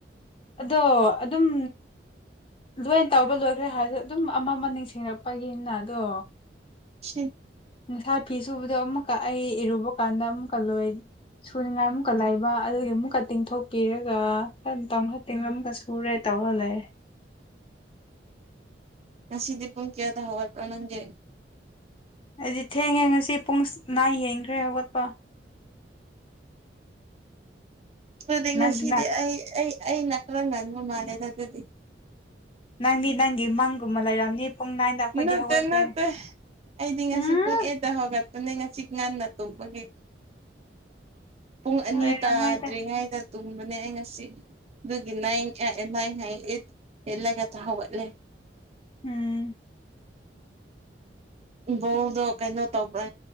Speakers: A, on the left; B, on the right.
A: ꯑꯗꯣ ꯑꯗꯨꯝ ꯂꯣꯏꯅ ꯇꯧꯕ ꯂꯣꯏꯈ꯭ꯔꯦ ꯍꯥꯏꯖꯨ ꯑꯗꯨꯝ ꯑꯃ ꯑꯃ ꯅꯤꯡꯁꯤꯡꯉꯛꯄꯒꯤꯅ ꯑꯗꯣ
B: ꯁꯤꯝ
A: ꯉꯁꯥꯏ ꯐꯤ ꯁꯨꯕꯗꯣ ꯑꯃꯨꯛꯀ ꯑꯩ ꯏꯔꯨꯕ ꯀꯥꯟꯗ ꯑꯃꯨꯛꯀ ꯂꯣꯏ ꯁꯨꯅꯤꯡꯉꯥꯏ ꯑꯃꯨꯛꯀ ꯂꯩꯕ ꯑꯗꯨꯒꯤ ꯑꯃꯨꯛꯀ ꯇꯤꯡꯊꯣꯛꯄꯤꯔꯒ ꯃꯇꯝ ꯈꯔ ꯇꯤꯡꯉꯝꯕꯁꯨ ꯄꯨꯔꯦ ꯇꯧꯔ ꯂꯩꯌꯦ
B: ꯉꯁꯤꯗꯤ ꯄꯨꯡ ꯀꯌꯥꯗ ꯍꯧꯒꯠꯄ꯭ꯔ ꯅꯪꯗꯤ
A: ꯑꯨꯗꯤ ꯊꯦꯡꯉꯦ ꯉꯁꯤ ꯄꯨꯡ ꯅꯥꯏꯟ ꯍꯦꯟꯈ꯭ꯔꯦ ꯍꯧꯒꯠꯄ
B: ꯑꯗꯨꯗꯤ ꯉꯁꯤꯗꯤ
A: ꯅꯪꯗꯤ ꯅꯪ
B: ꯑꯩ ꯑꯩ ꯑꯩꯅ ꯈꯔ ꯉꯟꯕ ꯃꯥꯜꯂꯦꯗ ꯑꯗꯨꯗꯤ
A: ꯅꯪꯗꯤ ꯅꯪꯒꯤ ꯃꯪꯒꯨꯝꯕ ꯂꯩꯔꯝꯅꯤ ꯄꯨꯡ ꯅꯥꯏꯟꯗ ꯑꯩꯈꯣꯏꯗꯤ
B: ꯅꯠꯇꯦ
A: ꯍꯧꯒꯠꯈ꯭ꯔꯦ
B: ꯅꯠꯇꯦ ꯑꯩꯗꯤ ꯉꯁꯤ
A: ꯎꯝ
B: ꯄꯨꯡ ꯑꯦꯠꯇ ꯍꯧꯒꯠꯄꯅꯦ ꯉꯁꯤ ꯉꯟꯅ ꯇꯨꯝꯕꯒꯤ ꯄꯨꯡ ꯑꯅꯤ
A: ꯑꯣꯏꯔꯝꯃꯣꯏꯗ
B: ꯇꯥꯗ꯭ꯔꯤꯉꯩꯗ ꯇꯨꯝꯕꯅꯦ ꯑꯩ ꯉꯁꯤ ꯑꯗꯨꯒꯤ ꯅꯥꯏꯟ ꯑꯦ ꯅꯥꯏꯟ ꯍꯥꯏꯌꯦ ꯑꯦꯠ ꯍꯦꯜꯂꯒ ꯍꯧꯒꯠꯂꯦ
A: ꯎꯝ
B: ꯕꯣꯜꯗꯣ ꯀꯩꯅꯣ ꯇꯧꯕ꯭ꯔꯥ